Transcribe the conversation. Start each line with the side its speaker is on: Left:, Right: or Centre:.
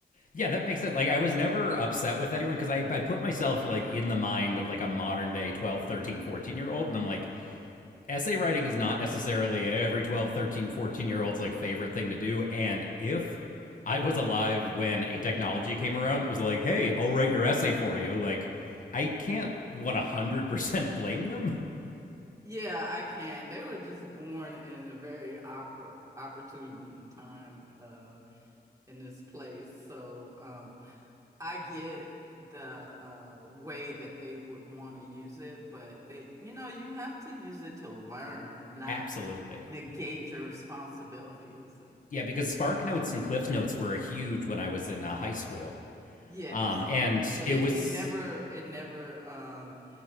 Left: Yeah, that makes sense. Like I was never upset with anyone because I, I put myself like in the mind of like a modern day twelve, thirteen, fourteen year old and I'm like essay writing is not necessarily every 12, 13, 14 year old's like favorite thing to do and if I was alive when a technology came around that was like, "Hey, I'll write your essay for you." Like I can't 100% blame them.
Right: Yeah, I can. They were just born in a very oppor opportune time uh, in this place. So, um, I get the uh, way that they would want to use it, but they, you know, you have to use it to learn, not
Left: <laughs>
Right: negate
Left: Absolutely.
Right: your responsibilities.
Left: Yeah, because Spark Notes and Cliff Notes were huge when I was in uh, high school.
Right: Yes,
Left: Um, and
Right: yes, but
Left: it
Right: it
Left: was
Right: it never it never um